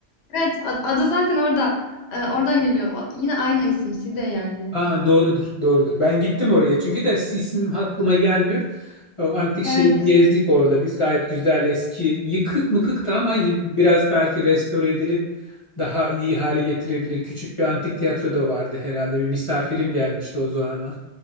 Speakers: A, on the left (about 70°); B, on the left (about 30°).
A: Evet, ad- adı zaten orada. E, oradan geliyor. O- yine aynı isim Side yani.
B: Aa, doğrudur, doğrudur. Ben gittim oraya çünkü de ismim aklıma gelmiyor. O antik şehri
A: Evet.
B: gezdik orada. Biz gayet güzel eski yıkık mıkıktı ama y- biraz belki restore edilip daha iyi hale getirebilir. Küçük bir antik tiyatro da vardı herhalde. Bir misafirim gelmişti o zaman.